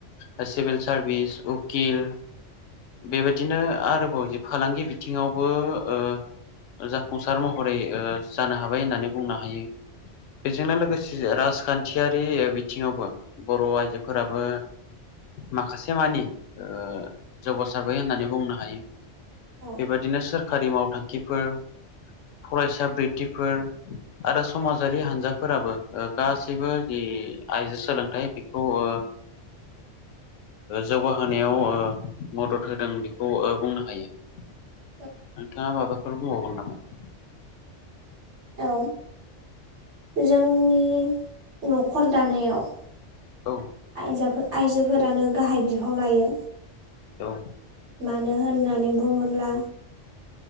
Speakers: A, on the left; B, on the right.
A: ओ सिभिल सारभिस उकिल बेबायदिनो आरोबाव जे फालांगि बिथिङाव बो ओ जाफुंसार महरै ओ जानो हाबाय होननानै बुंनो हायो। बेजोंनो लोगोसे राजखान्थियारि बिथिङावबो बर' आइजोफोराबो माखासे मानि ओ जौगासारबाय होननानै बुंनो हायो।
B: औ
A: बेबाद सोरखारि मावथांखिफोर फरायसा बृतिफोर आरो समाजारि हान्जाफोराबो ओ गासैबो जि आइजो सोलोंथाइ बेखौ ओ जौगाहोनायाव ओ मदद होदों बेखौ ओ बुंनो हायो।
B: <inaudible>
A: नोंथाङा माबाफोरबो बुंबावगोन नामा?
B: औ जोंनि न'खर दानायाव
A: औ
B: आयजोफोर आयजोफोरानो गाहाय बिफाव लायो।
A: औ
B: मानो होननानै बुङोब्ला